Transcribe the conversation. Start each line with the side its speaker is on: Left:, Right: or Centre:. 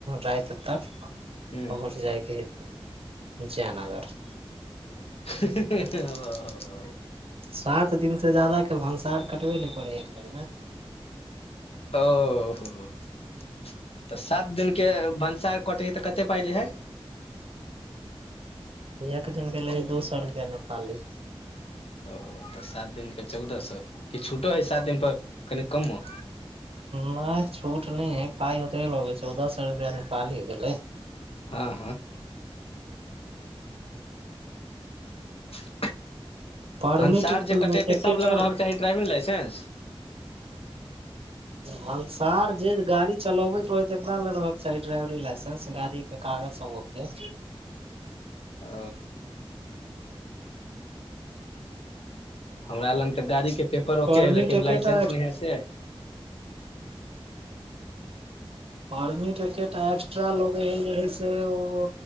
Right: राइत तक
Left: हुं
Right: पहुच जायके हय जयनगर
Left: <inaudible>
Right: सात दिन से जादा के भनसार कटबे नहि करे है एक बेर में
Left: ओ तऽ सात दिनक के भनसार कटे है तऽ कते पाइले हइ
Right: एक दिनके लै हय दू सो रुपआ नेपाली
Left: ओ तऽ सात दिन के चौदह सए कि छूटो हय सात दिन पर कनि कमो
Right: नहि छूट नहि है पाइ ओतबे लगे चौदह सौ रुपया नेपाली भेलै
Left: हँ हँ ह
Right: परमिट
Left: भनसार जे कटेतै
Right: एकेटा
Left: सभ लग रहक चाही ड्राइविंग लाइसेंस
Right: भनसार जे गाड़ी चलबैत रहै तेकरा लग रहयके चाही ड्राइविंग लाइसेंस गाड़ी के कागज सब के
Left: ओ हमरा लग तऽ गाड़ी के पेपर होके
Right: परमिट
Left: ह लेकिन
Right: एकेटा
Left: लाइसेंस नै है से
Right: पर्मीट एके टा एक्स्ट्रा लगे है जे हे से ओ